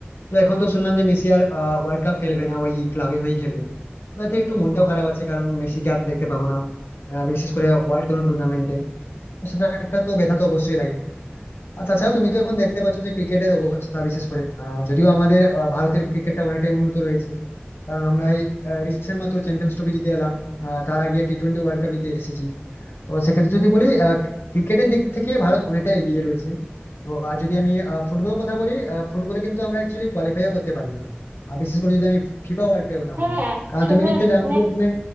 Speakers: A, on the left; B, on the right.
A: তো এখন তো শুনলাম যে মেসি আর ওয়ার্ল্ড কাপ খেলবে না ওই ক্লাবের হয়েই খেলবে তাতে একটু মনটাও খারাপ আছে কারণ মেসিকে আর দেখতে পাবো না আহ, বিশেষ করে ওয়ার্ল্ড কোনো টুর্নামেন্টে তো সেটা একটা তো ব্যথা তো অবশ্যই লাগে আর তাছাড়া তুমি তো এখন দেখতে পাচ্ছ যে ক্রিকেটের অবস্থা বিশেষ করে আহ, যদিও আমাদের আহ, ভারতের ক্রিকেটটা অনেকটাই উন্নত রয়েছে কারণ আমরা এই রিসেন্ট মাত্র চ্যাম্পিয়ন্স ট্রফি জিতে এলাম আহ, তার আগে টি টোয়েন্টি ওয়ার্ল্ড কাপ জিতে এসেছি তো সেক্ষেত্রে যদি বলি ক্রিকেটের দিক থেকে ভারত অনেকটা এগিয়ে রয়েছে তো আর যদি আমি ফুটবলের কথা বলি ফুটবলে কিন্তু আমরা অ্যাকচুয়ালি কোয়ালিফাইও করতে পারি না আর বিশেষ করে যদি আমি ফিফা ওয়ার্ল্ড কাপের কথা
B: হ্যাঁ
A: বলি কারণ
B: আসলে
A: তুমি নিশ্চয়ই জানো
B: মানে
A: যে ওখানে